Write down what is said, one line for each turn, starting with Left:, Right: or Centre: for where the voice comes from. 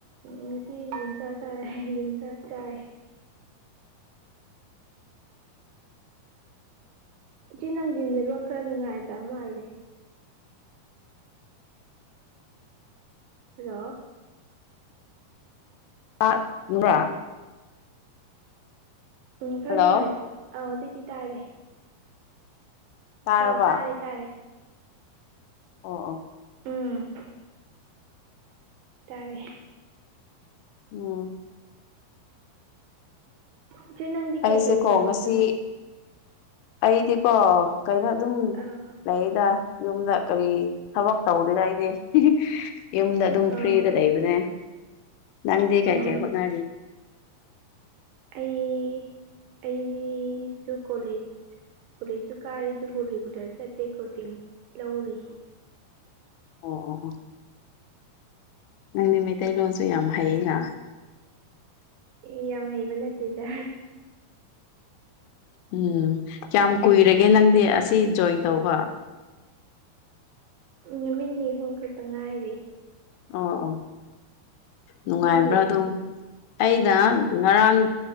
Right: ꯉꯁꯤ ꯌꯦꯟꯁꯥꯛ ꯆꯥꯏ ꯌꯦꯟꯁꯥꯛ ꯆꯥꯏ ꯏꯆꯦ ꯅꯪꯒꯤ ꯅꯦꯠꯋꯥ ꯈꯔ ꯅꯨꯡꯉꯥꯏꯇꯕ ꯃꯥꯜꯂꯦ ꯍꯜꯂꯣ
Left: <unintelligible>
Right: ꯎꯝ ꯈꯔ
Left: ꯍꯜꯂꯣ
Right: ꯅꯨꯡꯉꯥꯏ ꯑꯥ ꯍꯧꯖꯤꯛꯇꯤ ꯇꯥꯔꯦ
Left: ꯇꯥꯔꯕ
Right: ꯑꯧ ꯇꯥꯔꯦ ꯇꯥꯔꯦ
Left: ꯑꯣ ꯑꯣ
Right: ꯎꯝ ꯇꯥꯔꯦ
Left: ꯎꯝ
Right: ꯏꯆꯦ ꯅꯪꯗꯤ
Left: ꯑꯩꯁꯦꯀꯣ
Right: ꯀꯩꯀꯩ ꯇꯧꯔꯤꯅꯣ
Left: ꯉꯁꯤ ꯑꯩꯗꯤꯀꯣ ꯀꯩꯅꯣ ꯑꯗꯨꯝ
Right: ꯑꯥ
Left: ꯂꯩꯗ ꯌꯨꯝꯗ ꯀꯔꯤ ꯊꯕꯛ ꯇꯧꯗ ꯂꯩ ꯑꯩꯗꯤ ꯌꯨꯝꯗ ꯑꯗꯨꯝ
Right: ꯑꯥ
Left: ꯐ꯭ꯔꯤꯗ ꯂꯩꯕꯅꯦ ꯅꯪꯗ ꯀꯥꯏ
Right: ꯑꯥ
Left: ꯀꯦ ꯍꯣꯠꯅ
Right: ꯑꯩ ꯑꯩꯅꯁꯨ ꯀꯣꯂꯦꯖ ꯀꯣꯂꯦꯖꯁꯨ ꯀꯥꯔꯦ ꯑꯗꯨꯕꯨ ꯔꯤꯒꯨꯂꯔ ꯆꯠꯇꯦ ꯀꯣꯆꯤꯡ ꯂꯧꯔꯤ
Left: ꯑꯣ ꯑꯣ ꯑꯣ ꯅꯪꯗꯤ ꯃꯩꯇꯩꯂꯣꯟꯁꯨ ꯌꯥꯝ ꯍꯩꯌꯦ ꯂꯥ
Right: ꯑꯦ ꯌꯥꯝ ꯍꯩꯕ ꯅꯠꯇꯦꯗ
Left: ꯎꯝ ꯀꯌꯥꯝ ꯀꯨꯏꯔꯒꯦ ꯅꯪꯗꯤ ꯑꯁꯤ ꯖꯣꯏꯟ ꯇꯧꯕ
Right: ꯅꯨꯃꯤꯠ ꯅꯤ ꯑꯍꯨꯝ ꯈꯛꯇ ꯉꯥꯏꯔꯤ
Left: ꯑꯣ ꯑꯣ ꯅꯨꯡꯉꯥꯏꯕ꯭ꯔꯥ
Right: ꯅꯪꯗꯤ
Left: ꯑꯗꯨꯝ ꯑꯩꯅ ꯉꯔꯥꯡ